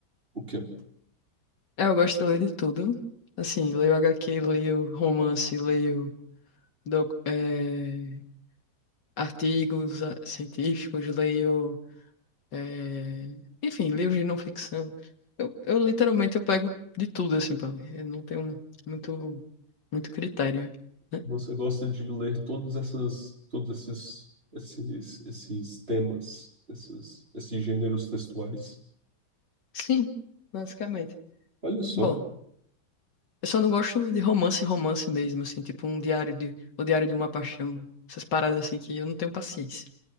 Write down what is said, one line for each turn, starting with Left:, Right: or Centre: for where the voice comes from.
Right: O quê?
Left: É, eu gosto de ler de tudo. Assim, leio HQ, leio romance, leio doc- eh, artigos ah, científicos, leio, eh, enfim, livros de não ficção. Eu, eu literalmente eu pego de tudo, assim, pra ler. Eu não tenho muito, muito critério, né?
Right: Você gosta de ler todas essas, todos esses, esses, esses temas, esses, esses gêneros textuais.
Left: Sim, basicamente.
Right: Olha só.
Left: Bom, eu só não gosto de romance, romance mesmo, assim, tipo um diário de, o diário de uma paixão. Essas paradas assim que eu não tenho paciência.